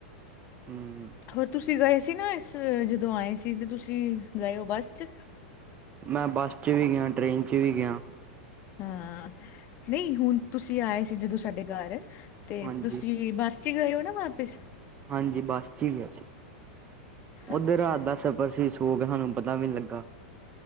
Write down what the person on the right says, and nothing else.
ਹੂੰ
ਮੈਂ ਬੱਸ 'ਚ ਵੀ ਗਿਆ ਟ੍ਰੇਨ 'ਚ ਵੀ ਗਿਆ।
ਹਾਂਜੀ
ਹਾਂਜੀ ਬੱਸ ਚ ਹੈ। ਉੱਧਰ
ਰਾਤ ਦਾ ਸਫਰ ਸੀ ਸੋ ਗਏ ਸਾਨੂੰ ਪਤਾ ਵੀ ਨੀ ਲੱਗਾ